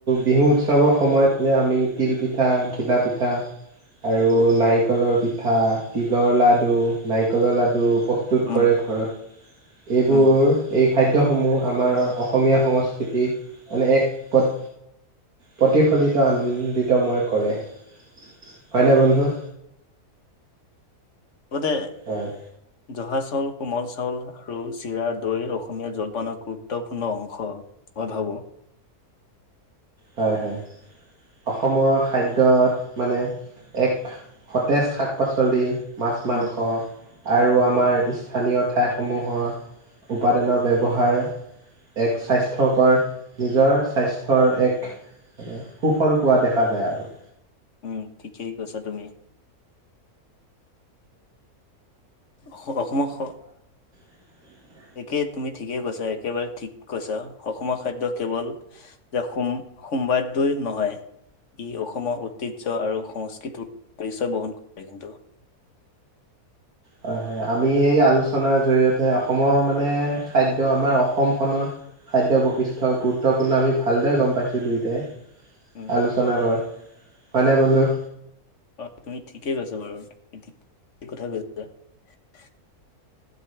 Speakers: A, on the right; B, on the left.
A: বিহু উৎসৱৰ সময়ত যে আমি তিল পিঠা, ঘিলা পিঠা। আৰু নাৰিকলৰ পিঠা, তিলৰ লাডু, নাৰিকলৰ লাডু প্ৰস্তুত
B: উম
A: কৰে ঘৰত। এইবোৰ
B: উম
A: এই খাদ্যসমূহ আমাৰ অস অসমীয়া সংস্কৃতিক এনে এক পদ প্ৰতিফলিত আনন্দিতময় কৰে। হ'য় নে বন্ধু?
B: লগতে
A: হয়
B: জহা চাউল, কোমল চাউল আৰু চিৰা, দৈ অসমীয়া জল্‌ মানে গুৰুত্বপূৰ্ণ অংশ। মই ভাৱো
A: হ'য়, হ'য়। অসমৰ খাদ্যত মানে, এক সতেজ শাক -পাচলি মাছ- মাংস
B: উম
A: আৰু আমাৰ স্থানীয় ঠাইসমূহৰ উপাদানৰ ব্যৱহাৰ এক স্বাস্থ্যকৰ, নিজৰ স্বাস্থ্যৰ এক সুফল পোৱা দেখা যায় আৰু
B: উম, ঠিকেই কৈছা তুমি। অসম্‌ অসমৰ খ'
A: উ।
B: একে তুমি ঠিকে কৈছা, একেবাৰে ঠিক কৈছা। অসমৰ খাদ্য কেৱল যে সোম সোমবাদ্যই নহয়। ই অসমৰ ঐতিহ্য আৰু সংস্কৃতিৰ পৰিচয় বহন কৰে কিন্তু।
A: হয়, হয় আমি এই আলোচনাৰ জৰিয়তে অসমৰ মানে খাদ্য আমাৰ অসমখনৰ খাদ্য বৈশিষ্ট্য গুৰুত্বপূৰ্ণ আমি ভালদৰে গম পাইছোঁ দুয়োটাই।
B: উম
A: আলোচনা কৰে। হয়নে বন্ধু?
B: অ, তুমি ঠিকেই কৈছা বাৰু, ঠিক কথা কৈছা।